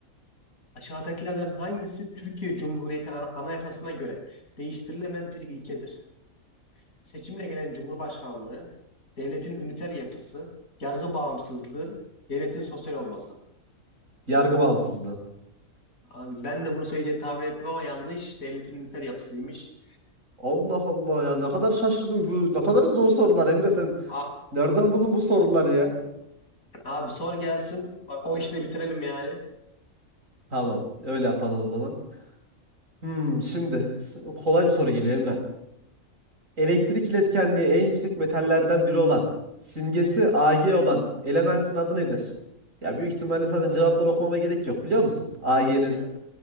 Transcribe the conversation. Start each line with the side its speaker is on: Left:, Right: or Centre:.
Left: Aşağıdakilerden hangisi Türkiye Cumhuriyeti An- Anayasası'na göre değiştirilemez bir ilkedir? Seçimle gelen Cumhurbaşkanlığı, devletin üniter yapısı, yargı bağımsızlığı, devletin sosyal olması.
Right: Yargı bağımsızlığı.
Left: Abi ben de bunu söyleyeceğini tahmin ettim ama yanlış. Devletin üniter yapısıymış.
Right: Allah Allah ya ne kadar şaşırdım. Bu ne kadar zor sorular Emre sen
Left: A-
Right: nereden buldun bu soruları ya?
Left: abi sor gelsin. O, o işi de bitirelim yani.
Right: Tamam öyle yapalım o zaman. Hmm, şimdi s- kolay bir soru geliyor Emre. Elektrik iletkenliği en yüksek metallerden biri olan, simgesi Ag olan elementin adı nedir? Ya büyük ihtimalle zaten cevaplar okumama gerek yok biliyor musun? Ag'nin
Left: Evet